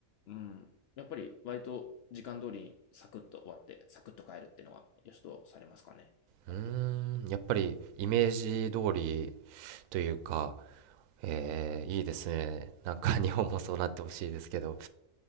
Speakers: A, on the left; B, on the right.
A: うん、やっぱり割と時間通りにサクッと終わって、サクッと帰るっていうのは良しとされますかね、
B: うー
A: 割と。
B: ん、やっぱりイメージ通りというか、えー、いいですね。なんか日本もそうなってほしいですけど。